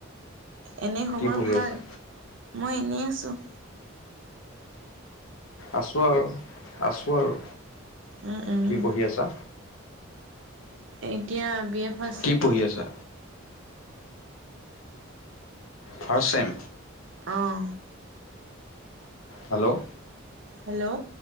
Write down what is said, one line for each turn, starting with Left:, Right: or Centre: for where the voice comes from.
Right: এনে খবৰ
Left: কি পঢ়ি
Right: ভাল?
Left: আছা
Right: মই এনেই আছো।
Left: আছোঁ আৰু, আছোঁ আৰু।
Right: উম উম।
Left: কি পঢ়ি আছা?
Right: এতিয়া বি এ ফাষ্ট
Left: কি পঢ়ি আছা? First same?
Right: অহ।
Left: হেল্ল'
Right: হেল্ল'